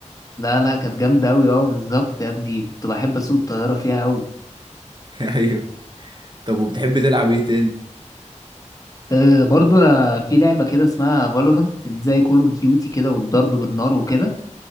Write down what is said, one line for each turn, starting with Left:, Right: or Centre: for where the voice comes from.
Left: لا لا كانت جامدة أوي أه بالظبط يا ابني كنت بحب أسوق الطيارة فيها أوي
Right: <laughs> ايوه طب وبتحب تلعب ايه تاني
Left: أه برضو أنا في لعبة كده اسمها فالورنت دي زي كول أوف ديوتي كده والضرب بالنار وكده